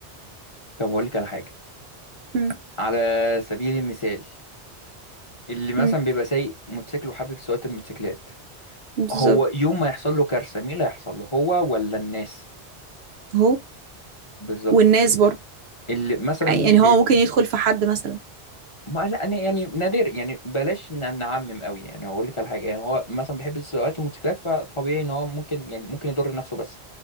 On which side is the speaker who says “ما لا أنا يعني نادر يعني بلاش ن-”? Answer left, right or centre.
Left